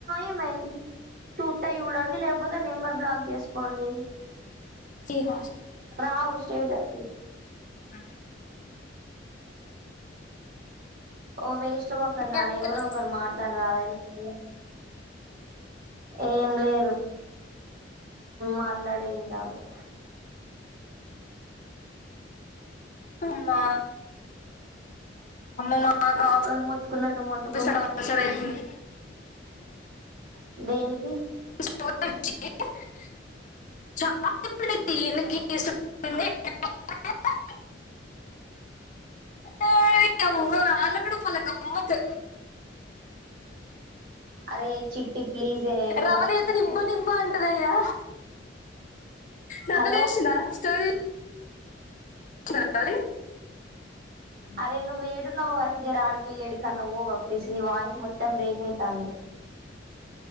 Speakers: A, on the right; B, on the left.
A: ఏమైంది టూ తే చూడండి లేకపోతే నెంబర్ బ్లాక్ జేసుకోండి
B: జహా <inaudible>
A: ఆగు స్టేటస్
B: ఆ
A: ఓ వేస్ట్ మొక్కందాన
B: ఈ అక్కనే
A: ఎవరు ఒకరు మాట్లాడరాదురి ఏం లేదు మాట్లాడే ట్లాడే తింటాంది
B: అమ్మా అమ్మ మాకు
A: కుక్కలు మొత్తుకున్నట్టు మొట్టుకుంట
B: <unintelligible> అయితుంది
A: దేనికి
B: చచ్చ <inaudible> చ తీన్సు <inaudible> ఎ ఆల్ గూడా మళ్ళ గమ్మత్తు
A: అరే చిట్టి ప్లీజ్ నువ్వు
B: రవళి
A: అసలు
B: అయితే నిబ్బ నిబ్బా అంటదయ్యా రవళి
A: హలో
B: రాసిందా స్టోరీ వచ్చిందా రవళి
A: అరే నువ్వు ఏడున్నావ్ గాని జర ఆడికెళ్ళి ఏడి కాన్నా పోవా ప్లీజ్ నీ వాయిస్ మొత్తం బ్రేక్ అయితంది
B: అ <inaudible>